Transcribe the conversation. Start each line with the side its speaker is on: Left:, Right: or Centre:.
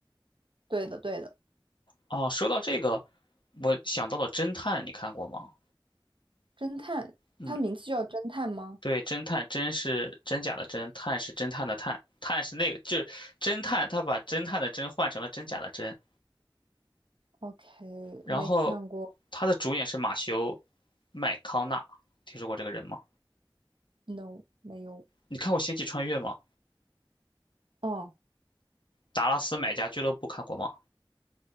Right: 对的，对的。
Left: 哦，说到这个，我想到了侦探，你看过吗？
Right: 侦探，
Left: 嗯，
Right: 它名字就叫侦探吗
Left: 对，侦探，真是真假的真，探是侦探的探，探是那个，就是侦探，他把侦探的侦换成了真假的真。
Right: ？OK，
Left: 然后，
Right: 没看过
Left: 他的主演是马修麦康纳，听说过这个人吗？
Right: ，No，没有。
Left: 你看过《星际穿越》吗？
Right: 哦，
Left: 《达拉斯买家俱乐部》看过吗？